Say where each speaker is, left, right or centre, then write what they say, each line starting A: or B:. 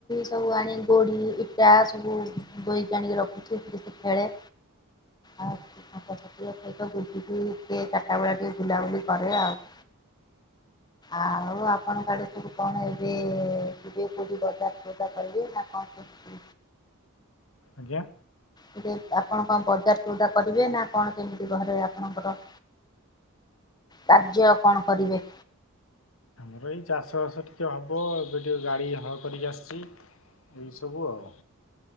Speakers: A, on the left (about 20°); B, on the left (about 65°).
A: ସବୁ ଆଣିକି ଗୋଡି ଇଟା ସବୁ ବୋହିକି ଆଣିକି ରଖୁଛି। ଖେଳେ ଆଉ ସାଙ୍ଗ ସହିତ ବୁଲିକି ଟିକେ ଚାରଟା ବେଳିଆ ଟିକେ ବୁଲାବୁଲି କରେ ଆଉ। ଆଉ ଆପଣ ଆଡେ ସବୁ କଣ ଏବେ ଯିବେ କଉଠି ବଜାର ସଉଦା କରିବେ ନା କଣ? କେମିତି?
B: ଆଜ୍ଞା।
A: ଟିକେ ଆପଣ କଣ ବଜାର ସଉଦା କରିବେ ନା କଣ କେମିତି ଘରେ ଆପଣଙ୍କର କାର୍ଯ୍ୟ କଣ କରିବେ?
B: ମୁଁ ଏଇ ଚାଷବାସ ଟିକେ ହବ ଏବେ ଟିକେ ଗାଡ଼ି ହଳ କରିକି ଆସିଚି ଏଇସବୁ ଆଉ।